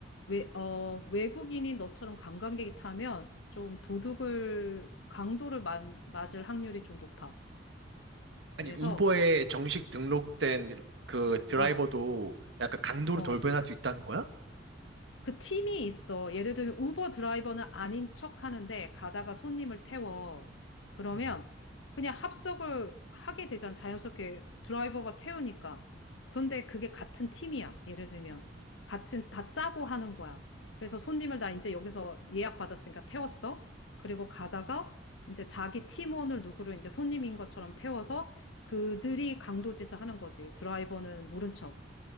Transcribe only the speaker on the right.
아니, 우버에 정식 등록된 그 드라이버도
약간 강도로
돌변할 수 있다는 거야?
음,